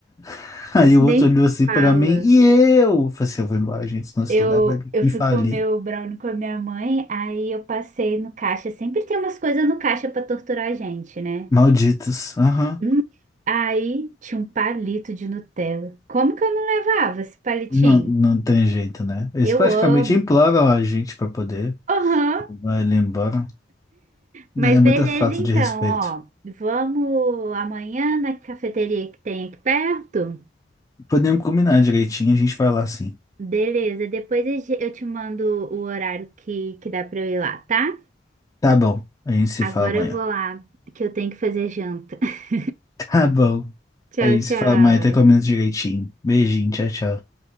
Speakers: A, on the left; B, on the right.
A: <laughs> Aí
B: Nem
A: o outro olhou assim
B: fala.
A: pra mim, e eu? Eu Falei assim, eu vou embora, gente, senão esse
B: Eu,
A: lugar vai
B: eu
A: me
B: fui
A: falir.
B: comer o brownie com a minha mãe, aí eu passei no caixa. Sempre tem umas coisas no caixa pra torturar a gente, né?
A: Malditos. Aham.
B: Hum. Aí tinha um palito de Nutella. Como que eu não levava esse palitinho?
A: Não, não tem jeito, né? Eles
B: Eu
A: praticamente
B: amo.
A: imploram a gente para poder
B: Aham.
A: levar ele embora.
B: Mas
A: né? É
B: beleza,
A: muita falta
B: então,
A: de respeito.
B: ó. Vamos amanhã na cafeteria que tem aqui perto?
A: Podemos combinar direitinho, a gente vai lá sim.
B: Beleza, depois eu ge- eu te mando o horário que, que dá pra eu ir lá, tá?
A: Tá bom, a gente se
B: Agora
A: fala amanhã.
B: eu vou
A: <laughs>
B: lá, que eu tenho que fazer janta. <laughs>
A: Tá bom,
B: Tchau,
A: a gente
B: tchau.
A: se fala amanhã, até combina direitinho. Beijinho, tchau, tchau.